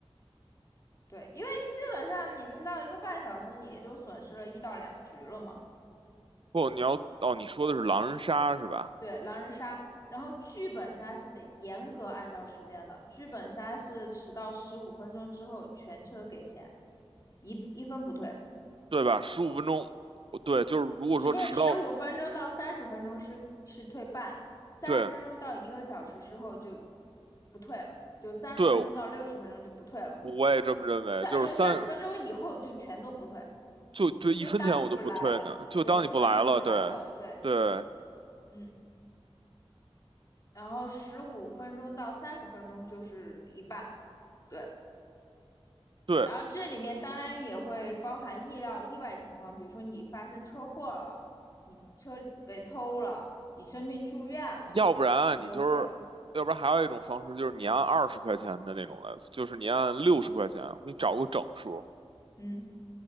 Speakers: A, on the left; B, on the right.
A: 对，因为基本上你迟到一个半小时，你也就损失了一到两局了嘛。
B: 不，你要，哦，你说的是狼人杀是吧？
A: 对，狼人杀，然后剧本杀是得严格按照时间的，剧本杀是迟到十五分钟之后全车给钱，一一分不退。
B: 对吧？十五分钟，我对，就是如果说迟到，
A: 是不是十五分钟到三十分钟是是退半，三十分钟到一个小时之后就
B: 对
A: 不退了，就三十分钟到六十分钟就不退了，
B: 对，我也这么认为，
A: 三就三十分钟以后就全都不退，
B: 就是三就对，一分钱我都不退呢，
A: 就当你不来了，
B: 就当你不来了，
A: 对，就当你不来了，
B: 对，
A: 对，
B: 对，
A: 嗯，然后十五分钟到三十分钟就是一半，对，
B: 对，
A: 然后这里面当然也会包含意料意外情况，比如说你发生车祸了，你车子被偷了，你生病住院了，
B: 要不然你就是，
A: 这些都行。
B: 要不然还有一种方式就是你按二十块钱的那种来，就是你按六十块钱，你找个整数，
A: 嗯，